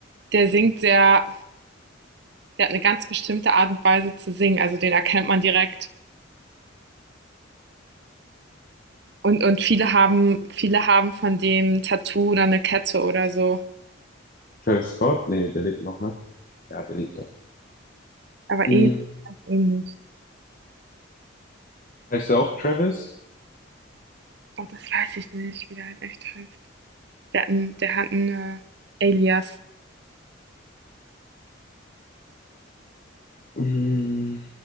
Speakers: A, on the right; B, on the left.
A: der singt sehr, der hat eine ganz bestimmte Art und Weise zu singen, also den erkennt man direkt. Und, und viele haben, viele haben von dem ein Tattoo oder eine Kette oder so.
B: Travis Scott? Nee, der lebt noch, ne? Ja, der lebt noch.
A: Aber
B: Mhm.
A: ähnlich, ähnlich.
B: Heißt er auch Travis?
A: Oh, das weiß ich nicht, wie der halt echt heißt. Der hat, ein, der hat einen äh, Alias.
B: Mhm.